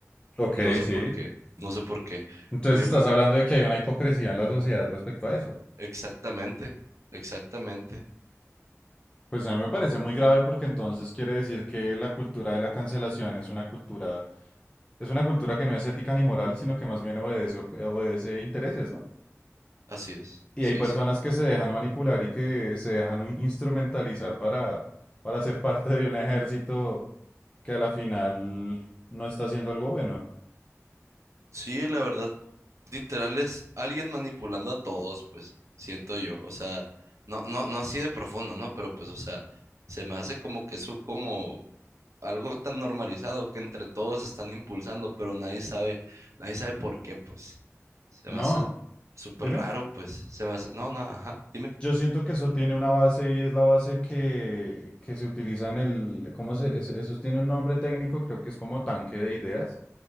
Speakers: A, on the left; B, on the right.
A: ok,
B: No sé
A: sí.
B: por qué, no sé por qué.
A: Entonces
B: Yo
A: estás
B: creo
A: hablando
B: que
A: de que hay una hipocresía en la sociedad respecto a eso.
B: exactamente, exactamente.
A: Pues a mí me parece muy grave porque entonces quiere decir que la cultura de la cancelación es una cultura, es una cultura que no es ética ni moral, sino que más bien obedece, op- obedece intereses, ¿no?
B: Así es.
A: Y
B: Sí,
A: hay personas
B: sí.
A: que se dejan manipular y que se dejan un- instrumentalizar para, para ser parte de un ejército que a la final no está haciendo algo bueno.
B: Sí, la verdad literal es alguien manipulando a todos, pues, siento yo. O sea, no, no, no así de profundo, ¿no? Pero pues, o sea, se me hace como que eso como algo tan normalizado que entre todos están impulsando, pero nadie sabe, nadie sabe por qué, pues. Se me hace
A: No,
B: súper
A: dime.
B: raro, pues. Se me hace, no, no, ajá, dime.
A: Yo siento que eso tiene una base y es la base que, que se utiliza en el, ¿cómo se, eso eso tiene un nombre técnico, creo que es como tanque de ideas